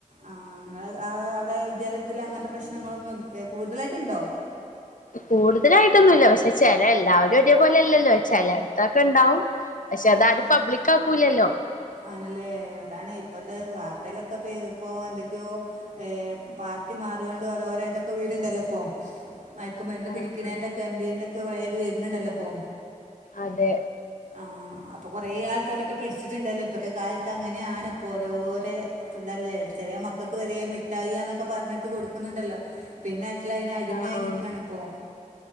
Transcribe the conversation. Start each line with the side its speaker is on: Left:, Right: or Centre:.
Right: ആഹ് നിങ്ങടേ അവിടെ വിദ്യാലയത്തില് അങ്ങത്തെ പ്രശ്നങ്ങളൊന്നും ഇൽ കൂടുതലായിട്ടുണ്ടോ?
Left: കൂടുതലായിട്ടൊന്നുല്ല. പക്ഷേ ചെല എല്ലാവരും ഒരേപോലെ അല്ലല്ലോ. ചെലടത്തൊക്കെണ്ടാവും പക്ഷേ അത്
Right: ആണ്
Left: ആരും
Right: ആ.
Left: പബ്ലിക് ആക്കൂല്ലല്ലോ
Right: ആണല്ലേ? അതാണേ. ഇപ്പത്തെ വാർത്തയിലൊക്കെപ്പ ഏത്പ്പോ എന്തൊക്ക്യോ ഏഹ് പാർട്ടി മാറ്യോണ്ട് ഓരോര ഏതൊക്കെ വീരുണ്ടല്ലോ ഇപ്പോ മയക്കുമരുന്ന്
Left: ആഹ്
Right: പിടിക്കണേന്റെൊക്കെ
Left: ആഹ്
Right: എം ഡി എൻ എ ഒക്കെ കൊറേ ഇത് വരുന്നുണ്ടല്ലോ ഇപ്പോ
Left: അതെ
Right: ആഹ് അപ്പോ കൊറേ ആൾക്കാരൊക്കെ പിടിച്ചിട്ടുണ്ടല്ലോ. ഇപ്പത്തെ കാലത്ത് അങ്ങനെയാണ് ഇപ്പോ ഓരോരേ പ്പ ഇതല്ലേ? ചെറ്യ മക്കക്ക് വരെ മിഠായിയാന്നൊക്കെ പറഞ്ഞിട്ട് കൊടുക്കുന്നുണ്ടല്ലോ പിന്നെ അയിറ്റാള്ള് അതിന് അടിമയായി
Left: ആഹ് ആഹ്
Right: നിൽക്കാണ് ഇപ്പോം.